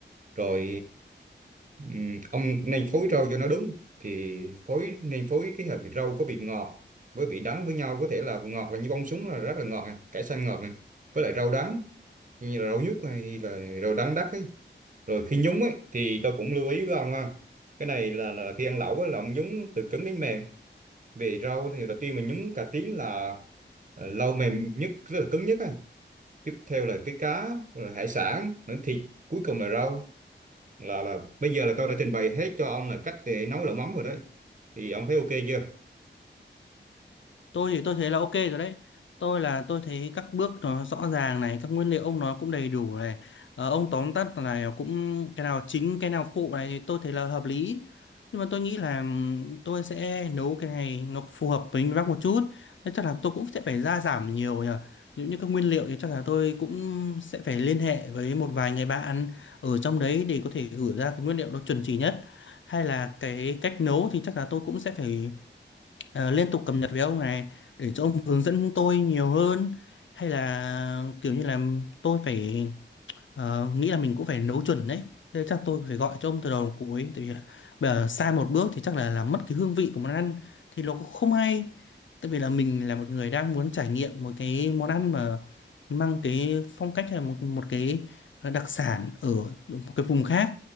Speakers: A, on the right; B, on the left.
A: rồi ừm, ông cũng nên phối rau cho nó đúng thì phối nên phối cái hợp rau có vị ngọt với vị đắng với nhau có thể là ngọt là như bông súng là rất là ngọt này cải xanh ngọt này với lại rau đắng như là rau nhút hay là rau đắng đắt ấy rồi khi nhúng ấy thì tôi cũng lưu ý với ông ha cái này là, là khi ăn lẩu á, là ông nhúng từ cứng đến mềm về rau thì đầu tiên mình nhúng cà tím là ờ, lâu mềm nhất rất là cứng nhất á tiếp theo là tới cá rồi hải sản nữa thịt cuối cùng là rau là là bây giờ là tôi đã trình bày hết cho ông là cách để nấu lẩu mắm rồi đấy thì ông thấy ok chưa
B: tôi thì tôi thấy là ok rồi đấy tôi là tôi thấy các bước nó rõ ràng này các nguyên liệu ông nó cũng đầy đủ này ờ, ông tóm tắt là cũng cái nào chính cái nào phụ này thì tôi thấy là hợp lý nhưng mà tôi nghĩ là ừm, tôi sẽ nấu cái này nó phù hợp với miền Bắc một chút nên chắc là tôi cũng sẽ phải gia giảm nhiều nhờ nếu như các nguyên liệu thì chắc là tôi cũng sẽ phải liên hệ với một vài người bạn ở trong đấy để có thể gửi ra cái nguyên liệu nó chuẩn chỉ nhất hay là cái cách nấu thì chắc là tôi cũng sẽ phải ờ, liên tục cập nhật với ông này để cho ông hướng dẫn tôi nhiều hơn hay là kiểu như là tôi phải ờ, nghĩ là mình cũng phải nấu chuẩn đấy thế chắc tôi phải gọi cho ông từ đầu đến cuối tại vì là bây giờ sai một bước thì chắc là làm mất cái hương vị của món ăn thì nó cũng không hay tại vì là mình là một người đang muốn trải nghiệm một cái món ăn mà mang cái phong cách hay một, một cái ờ, đặc sản ở một cái vùng khác